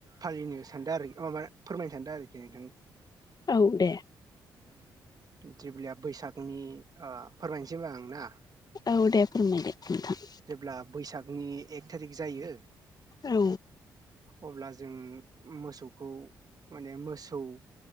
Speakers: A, on the right; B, on the left.
A: फालिनो सानदों आरो माबा फोरमायनो सानदों आरोखि नों
B: औ दे
A: ज्रिबिया बैसागनि ओ फोरमायनोसै आं ना
B: औ दे बुंलाय नोंथां
A: जेब्ला बैसागनि एक थारिक जायो
B: औ
A: अब्ला जों मोसौखौ माने मोसौ